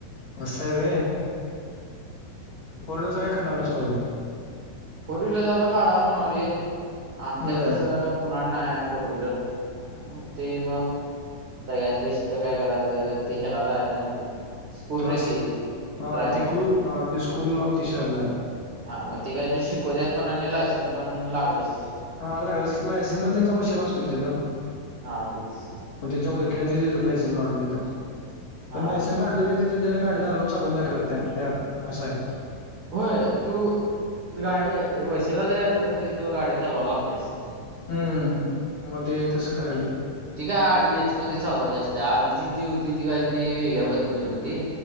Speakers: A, on the left; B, on the right.
A: बसा आहेवे
B: हम्म
A: फोर्हीलर काटालांड
B: फोर व्हीलरचा आता काढा म्हणाली आमच्यात
A: बर
B: कसं कनड नाही आहे फोर व्हीलर मण ते मग सगळ्यात बेस्ट काय करायचं ते ह्याला जायचं म्हणते स्कूल
A: क्लास
B: रे ती
A: हा
B: ड्रायव्हिंग
A: तेी
B: स्कूल
A: क्लू हा ती स्कूल लावती शवारे
B: हा मग ते काहीतरी शिकव द्यात पण आणि लायसन पण लागलच
A: हा लागड लायसेनस ना त्यांचा पैशेला असतील तिथं
B: हा तेच
A: त्यांच्या ओळी त लायन काढून तिथ
B: हा
A: पण लायन काढलं तरी तिथ त्यांना गाडीदार चालून दाखवत त्या असं आहे
B: होय तू गाडी वशीला जरी असलं तरी तुझ गाडी चालवाला लागतेस त
A: हम्म मध्ये तसं करायल
B: ठीकय आ एच मध्ये चालवायची असते आधीची जी होती ती काहीतरी वेगळ्या पद्धतीने होती